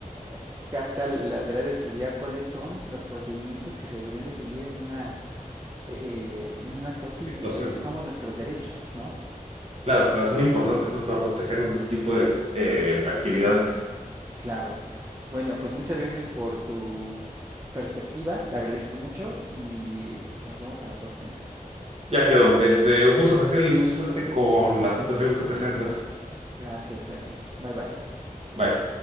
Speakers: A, on the right; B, on the right.
A: eh, casa la tarea de estudiar cuáles son los procedimientos que se deberían de seguir en una eh, en un acto así,
B: Situación.
A: que conozcamos nuestros derechos, ¿no?
B: Claro, claro, es muy importante pues para protegernos de ese tipo de eh, actividades.
A: Claro. Bueno, pues muchas gracias por tu perspectiva, la agradezco mucho y nos vemos a la próxima.
B: Ya quedó. Este, un gusto, Hacer y mucha suerte con la situación que presentas.
A: Gracias, gracias. Bye bye.
B: Bye.